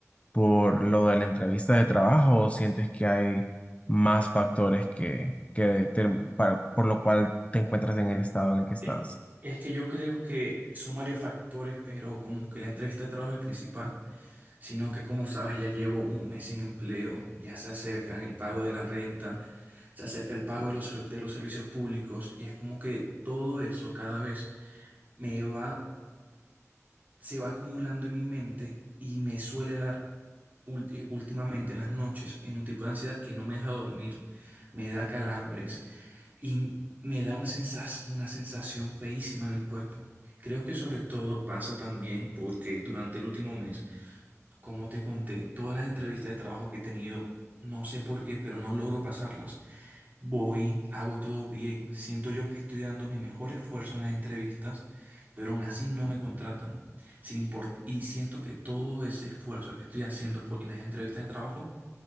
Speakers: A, on the left (about 25°); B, on the right (about 35°).
A: por lo de la entrevista de trabajo o sientes que hay más factores que, que te- para- por lo cual te encuentras en el estado en el que estás?
B: Es es que yo creo que son varios factores, pero como que la entrevista de trabajo es el principal. sino que como sabes ya llevo un mes sin empleo, ya se acercan el pago de la renta, se acerca el pago de los, serv- de los servicios públicos y es como que todo eso cada vez me va, se va acumulando en mi mente y me suele dar ulti- últimamente en las noches en un tipo de ansiedad que no me deja dormir, me da calambres y me da una sensas- una sensación feísima en el cuerpo. Creo que sobre todo pasa también porque durante el último mes como te conté, todas las entrevistas de trabajo que he tenido, no sé por qué, pero no logro pasarlas. Voy, hago todo bien, siento yo que estoy dando mi mejor esfuerzo en las entrevistas, pero aún así no me contratan. Sin import- y siento que todo ese esfuerzo que estoy haciendo por- en las entrevistas de trabajo